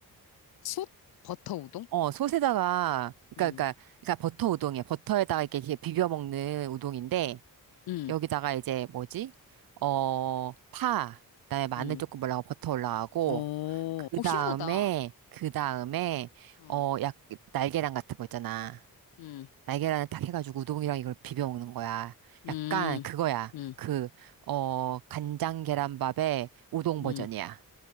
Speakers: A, on the left; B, on the right.
A: 솥 버터 우동?
B: 어, 솥에다가, 그니까,
A: 응.
B: 그니까, 그니까 버터 우동이야. 버터에다가 이렇게 이렇게 비벼 먹는 우동인데,
A: 응.
B: 여기다가 이제 뭐지? 어, 파. 그다음에 마늘
A: 응.
B: 조금 올라가고 버터 올라가고,
A: 어.
B: 그
A: 어,
B: 다음에,
A: 희한하다.
B: 그 다음에,
A: 응.
B: 어, 약, 날계란 같은 거 있잖아.
A: 응.
B: 날계란을 딱 해가지고 우동이랑 이걸 비벼 먹는 거야.
A: 응.
B: 약간 그거야.
A: 응.
B: 그, 어, 간장 계란밥의 우동 버전이야.
A: 응.